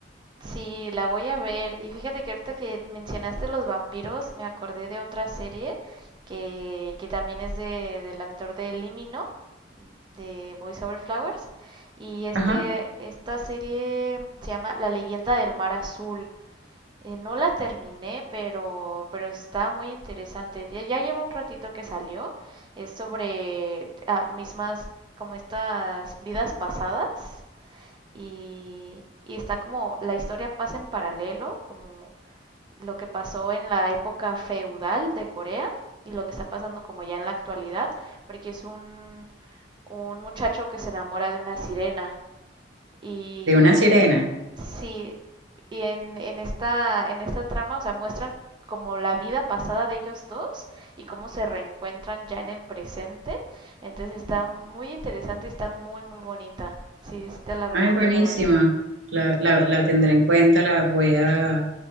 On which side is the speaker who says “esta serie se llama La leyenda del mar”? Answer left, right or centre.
Right